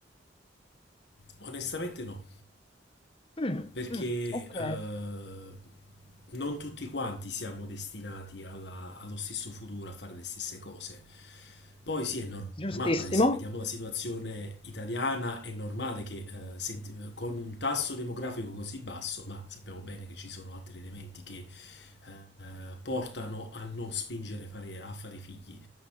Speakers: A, on the left; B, on the left.
A: Onestamente no,
B: Mm,
A: perché
B: mm, ok,
A: eh, non tutti quanti siamo destinati alla- allo stesso futuro, a fare le stesse cose. Poi sì, è normale,
B: giustissimo,
A: se vediamo la situazione italiana, è normale che eh, senti- con un tasso demografico così basso, ma sappiamo bene che ci sono altri elementi che eh, portano a non spingere fare- a fare figli.